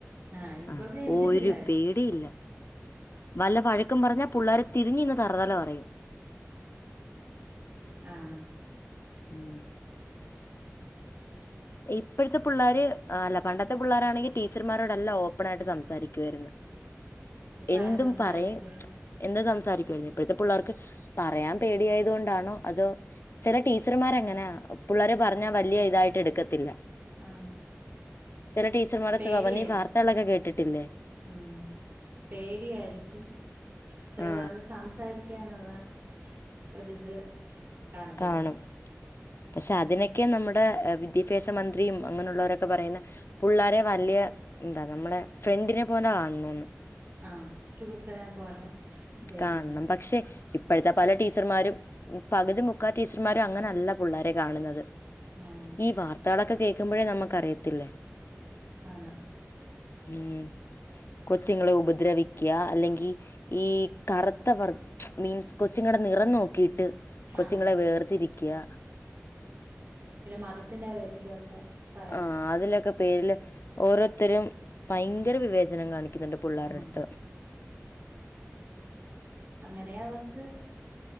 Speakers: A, on the right; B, on the left.
A: ആഹ് ഇപ്പൊ
B: ആ
A: പേടിക്കത്തില്ല
B: ഒരു
A: അവര്
B: പേടിയില്ല വല്ല വഴക്കും പറഞ്ഞാൽ പുള്ളാര് തിരിഞ്ഞ് നിന്ന് തറതല പറയും
A: ആഹ്
B: ഉം ഇപ്പഴത്തെ പുള്ളേര് ഏ അല്ല പണ്ടത്തെ പുള്ളാരാണെങ്കിൽ ടീച്ചർമാരോട് എല്ലാം ഓപ്പണായി സംസാരിക്കുമായിരുന്നു
A: ഇപ്പ
B: എന്തും
A: ആരും സംസാരിക്കത്തില്ല
B: പറയും എല്ലാം സംസാരിക്കുമായിരുന്നു ഇപ്പഴത്തെ പുള്ളാർക്ക് പറയാൻ പേടിയായതുകൊണ്ടാണോ അതോ ചില ടീച്ചർമാരങ്ങനാ പുള്ളാരെ പറഞ്ഞാ വല്യ ഇതായിട്ടെടുക്കത്തില്ല ത്തില്ല
A: ആഹ്
B: ടീച്ചർമാരുടെ
A: പേടിയായിരിക്കും
B: സ്വഭാവം നീ വാർത്തകളൊക്കെ കേട്ടിട്ടില്ലേ
A: ഉം പേടിയായിരിക്കും ചില
B: ആ
A: പുള്ളർക്ക് സംസാരിക്ക ക്കാനുള്ള ഒരിത് കാണത്തില്ലല്ലേ
B: കാണും പക്ഷെ അതിനൊക്കെ നമ്മുടെ വിദ്യാഭ്യാസ മന്ത്രിയും അങ്ങനെയുള്ളവരൊക്കെ പറയുന്നെ പുള്ളാരെ വല്യ എന്താ നമ്മുടെ ഫ്രണ്ടിനെപ്പോലെ കാണണോന്ന്
A: ആ സുഹൃത്തിനെ പോലെ ദൈവം
B: കാണണം പക്ഷെ ഇപ്പഴത്തെ പല ടീച്ചർമാരും പകുതി മുക്കാൽ ടീച്ചർമാരും അങ്ങനല്ല പുള്ളാരെ കാണുന്നത്
A: ആഹ്
B: ഈ വാർത്തകളൊ ഒക്കെ കേൾക്കുമ്പഴേ നമുക്കറിയത്തില്ലേ
A: ആന്ന്
B: ഉം കൊച്ചിങ്ങളെ ഉപദ്രവിക്ക്യാ അല്ലെങ്കി ഈ കറുത്തവർഗ മീൻസ് കൊച്ചി ങ്ങടെ നിറം നോക്കിയിട്ട് കൊച്ചുങ്ങളെ
A: ആഹ്
B: വേർതിരിക്ക്യാ
A: പിന്നെ മതത്തിന്റെ പേരിലു ഒക്കെ പറയുന്നത്
B: ആ അതിലൊക്കെ പേരില് ഓരോരുത്തരും ഭയങ്കര വിവേചനം കാണിക്കുന്നുണ്ട് പുള്ളാരുടെ
A: ആഹ്
B: അട്ത്ത്
A: അങ്ങനെ അവർക്ക്